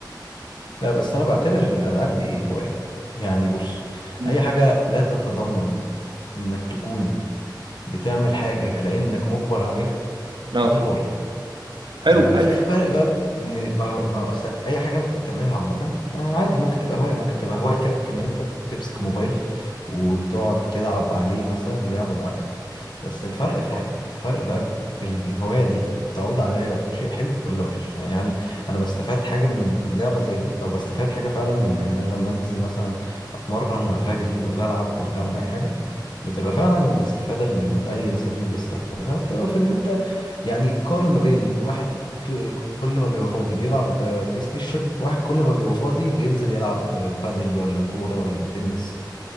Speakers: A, on the left; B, on the right.
A: لا بس انا بعتبر الالعاب دي هوايه يعني بص
B: مم.
A: اي حاجه لا تتضمن انك تكون بتعمل حاجه لانك مجبر عليها
B: اه
A: دي هوايه
B: حلو
A: آه،
B: ايوه
A: في فرق
B: بالظبط
A: بقى ان ما هو- ما هو اصل اي حاجه انت بتعملها عامه آه، عادي ممكن تبقى هوايه ممكن تبقى هوايتك ان انت تمسك موبايل وتقعد تلعب عليه مثلا لعبه معينه بس الفرق في حاجه الفرق بقى في الهوايه دي بتعود عليا بشيء حلو ولا وحش يعني هل انا بستفاد حاجه من لعبه زي دي او بستفاد حاجه فعلا من ان انا لما انزل مثلا اتمرن ولا اجري ولا العب ولا اعمل اي حاجه بتبقى فعلا الاستفادة اللي أي إنسان بيستفادها بتبقى في إن أنت يعني قارن ما بين واحد تو- كل ما بيبقى فاضي بيلعب آه، بلاي ستيشن واحد كل ما بيبقى فاضي بينزل يلعب آه، بادل ولا كورة ولا تنس